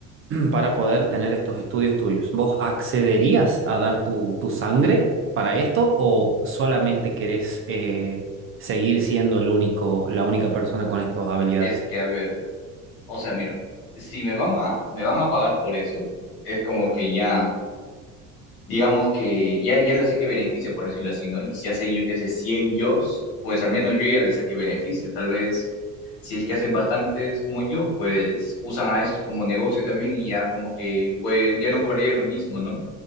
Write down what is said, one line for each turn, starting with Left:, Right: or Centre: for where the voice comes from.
Right: para poder tener estos estudios tuyos. ¿Vos accederías a dar tu, tu sangre para esto o solamente querés eh, seguir siendo el único, la única persona con estas habilidades?
Left: es que, a ver, o sea, mira, si me van a, me van a pagar por eso, es como que ya... digamos que ya, ya le saqué beneficio, por decirlo así, ¿no? Y si hacen, yo que sé, 100 yo, pues al menos yo ya le saqué beneficio. Tal vez, si es que hacen bastantes como yo, pues usan a esos como negocio también y ya como que, pues ya no cobrarías lo mismo, ¿no?